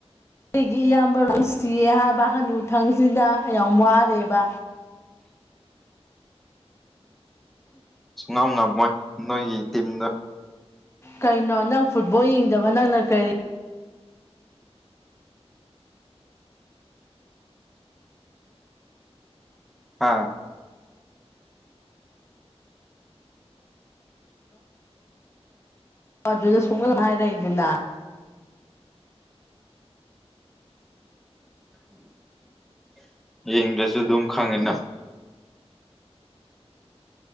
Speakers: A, on the left (about 25°); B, in the centre.
A: ꯑꯩꯒꯤ ꯏꯌꯥꯝꯕ ꯔꯅꯨꯡꯁꯤꯌꯦ ꯍꯥꯏꯕ ꯍꯅꯨꯊꯪꯁꯤꯗ ꯌꯥꯝ ꯋꯥꯔꯦꯕ
B: ꯁꯨꯡꯉꯝ ꯉꯝꯃꯣꯏ ꯅꯣꯏꯒꯤ ꯇꯤꯝꯗꯣ
A: ꯀꯩꯅꯣ ꯅꯪ ꯐꯨꯠꯕꯣꯜ ꯌꯦꯡꯗꯕ ꯅꯪꯅ ꯀꯔꯤ
B: ꯍꯥꯥ
A: ꯑꯣ ꯑꯗꯨꯗ ꯁꯨꯡꯍꯜ ꯍꯥꯏꯔꯛꯏꯗꯨꯅ
B: ꯌꯦꯡꯗ꯭ꯔꯁꯨ ꯑꯗꯨꯝ ꯈꯪꯉꯤꯅ